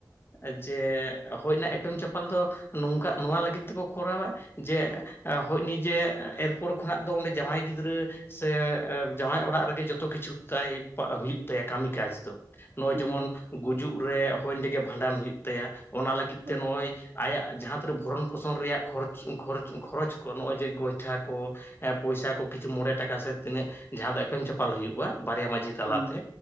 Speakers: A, on the left (about 30°); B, on the right (about 75°).
A: ᱩᱸ ᱡᱮ ᱦᱳᱭᱱᱟ ᱮᱯᱮᱢ ᱪᱟᱯᱟᱞ ᱫᱚ ᱱᱚᱝᱠᱟ ᱱᱚᱣᱟ ᱞᱟᱹᱜᱤᱫ ᱛᱮᱠᱚ ᱠᱚᱨᱟᱣᱟ ᱡᱮ ᱦᱳᱭᱱᱤ ᱡᱮ ᱮᱨᱯᱳᱨ ᱠᱷᱚᱱᱟᱜ ᱫᱚ ᱚᱸᱰᱮ ᱡᱟᱶᱟᱭ ᱜᱤᱫᱽᱨᱟᱹ ᱥᱮ ᱡᱟᱶᱟᱭ ᱚᱲ ᱲᱟᱜ ᱨᱮᱜᱮ ᱡᱚᱛᱚ ᱠᱤᱪᱷᱩ ᱛᱟᱭ ᱦᱩᱭᱩᱜ ᱛᱟᱭᱟ ᱠᱟᱹᱢᱤ ᱠᱟᱡᱽ ᱫᱚ ᱱᱚᱜᱼᱚᱭ
B: ᱦᱩᱸ
A: ᱡᱮᱢᱚᱱ ᱜᱩᱡᱩᱜ ᱨᱮ ᱦᱚᱭ ᱚᱸᱰᱮᱜᱮ ᱵᱷᱟᱸᱰᱟᱱ ᱦᱳᱭᱳᱜ ᱛᱟᱭᱟ ᱚᱱᱟ ᱞᱟᱹᱜᱤᱫ
B: ᱦᱳᱭ
A: ᱛᱮ ᱱᱚᱜᱼᱚᱭ ᱟᱭᱟᱜ ᱡᱟᱦᱟᱸ ᱛᱤᱱᱟᱹᱜ ᱵᱷᱚᱨᱚᱱ ᱯᱥᱚᱱ ᱨᱮᱭᱟᱜ ᱠᱷᱚᱨᱚᱪ-ᱠᱷᱚᱨᱚᱪ ᱠᱷᱚᱨᱚᱪ ᱠᱚ ᱱᱚᱜᱼᱚᱭ ᱡᱮ ᱜᱚᱭᱴᱷᱟ ᱠᱚ᱾ ᱯᱚᱭᱥᱟ ᱠᱚ ᱠᱤᱪᱷᱩ ᱢᱚᱲ ᱴᱟᱠᱟ ᱥᱮ ᱛᱤᱱᱟᱹᱜ ᱡᱟᱦᱟᱸ ᱫᱚ ᱮᱢ ᱪᱟᱯᱟᱞ ᱦᱩᱭᱩᱜᱼᱟ ᱵᱟᱨᱭᱟ ᱢᱟᱺᱡᱷᱤ ᱛᱟᱞᱟᱛᱮ
B: ᱦᱩᱸ